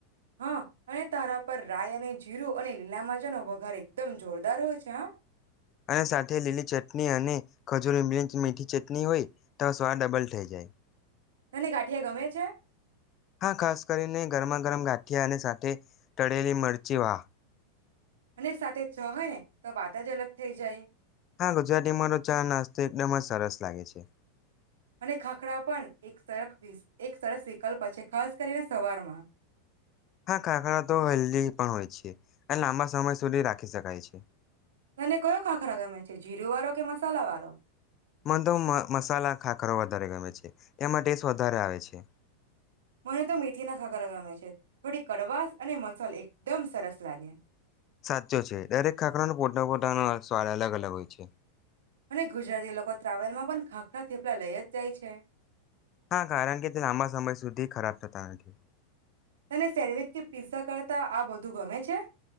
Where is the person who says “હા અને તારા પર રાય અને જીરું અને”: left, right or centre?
Right